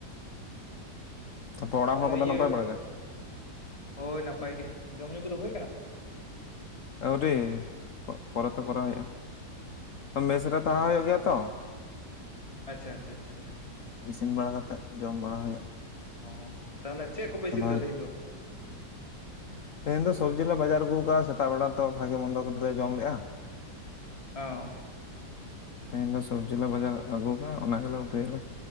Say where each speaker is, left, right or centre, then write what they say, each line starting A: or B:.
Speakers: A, on the left; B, on the left.
A: ᱛᱟᱯᱚᱨ ᱚᱲᱟᱜ
B: ᱛᱟᱦᱚᱞᱮ
A: ᱦᱚᱲ ᱠᱚᱫᱚ
B: ᱤᱭᱟᱹ
A: ᱱᱟᱯᱟᱭ ᱵᱟᱲᱟ ᱜᱮ
B: ᱦᱳᱭ ᱱᱟᱯᱟᱭ ᱜᱮ ᱾ ᱡᱚᱢ ᱧᱩ ᱠᱚᱫᱚ ᱦᱳᱭ ᱟᱠᱟᱱᱟ?
A: ᱟᱹᱣᱨᱤ ᱯᱚᱨᱮ ᱛᱮ ᱠᱚᱨᱟᱣ ᱦᱩᱭᱩᱜᱼᱟ ᱾ ᱢᱮᱥ ᱨᱮ ᱛᱟᱦᱮᱸ
B: ᱚ
A: ᱦᱩᱭᱩᱜ ᱜᱮᱭᱟ ᱛᱚ ᱾
B: ᱟᱪᱪᱷᱟ ᱟᱪᱪᱷᱟ ᱟᱪᱪᱷᱟ ᱟᱪᱪᱷᱟ
A: ᱤᱥᱤᱱ ᱵᱟᱲᱟ ᱠᱟᱛᱮᱜ ᱡᱚᱢ ᱵᱟᱲᱟ ᱦᱩᱭᱩᱜᱼᱟ ᱾
B: ᱚ ᱛᱟᱦᱚᱞᱮ ᱪᱮᱫ ᱠᱚᱯᱮ ᱤᱥᱤᱱ ᱮᱫᱟ
A: ᱦᱩᱭᱩᱜᱼᱟ
B: ᱛᱮᱦᱮᱧ ᱫᱚ?
A: ᱛᱮᱦᱮᱧ ᱫᱚ ᱥᱚᱵᱽᱡᱤ ᱞᱮ ᱵᱟᱡᱟᱨ ᱟᱹᱜᱩ ᱟᱠᱟᱫᱟᱼᱟ ᱾ ᱥᱮᱛᱟᱜ ᱵᱮᱲᱟ ᱛᱚ ᱵᱷᱟᱜᱤ ᱢᱚᱱᱫᱚ ᱠᱟᱴᱤᱡ ᱞᱮ ᱡᱚᱢ ᱞᱮᱜᱼᱟ ᱾
B: ᱚᱻ
A: ᱛᱮᱦᱮᱧ ᱫᱚ ᱥᱚᱵᱽᱡᱤ ᱞᱮ ᱵᱟᱡᱟᱨ ᱟᱹᱜᱩ ᱠᱟᱜᱼᱟ ᱚᱱᱟ ᱜᱮᱞᱮ ᱩᱛᱩᱭᱟᱞᱮ